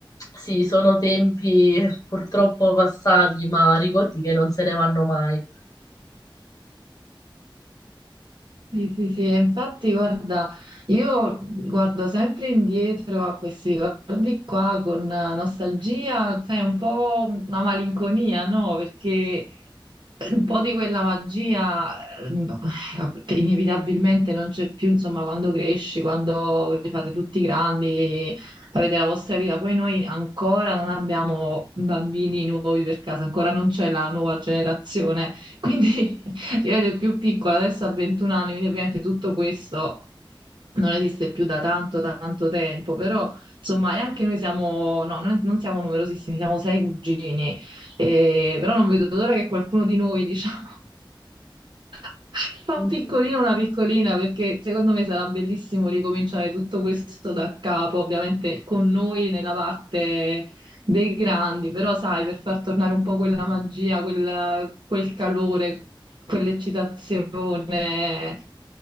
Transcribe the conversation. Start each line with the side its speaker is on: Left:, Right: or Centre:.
Left: sì, sono tempi purtroppo passati, ma ricordi che non se ne vanno mai.
Right: Sì, sì, sì, e infatti guarda, io guardo sempre indietro a questi ricordi qua con nostalgia, sai, un po' una malinconia, no? Perché un po' di quella magia eh, no, eh, inevitabilmente non c'è più, insomma, quando cresci, quando vi fate tutti grandi, avete la vostra vita. Poi noi ancora non abbiamo bambini nuovi per casa, ancora non c'è la nuova generazione. Quindi <laughs> io ero il più piccola, adesso ha 21 anni, quindi ovviamente tutto questo non esiste più da tanto, tanto tempo, però insomma, e anche noi siamo, no, noi non siamo numerosissimi, siamo sei cugini eh, però non vedo l'ora che qualcuno di noi, diciamo, <laughs> fa
Left: Mhm.
Right: un piccolino, una piccolina, perché secondo me sarà bellissimo ricominciare tutto questo da capo, ovviamente con noi nella parte dei grandi, però sai, per far tornare un po' quella magia, quel, quel calore, quell'eccitazione,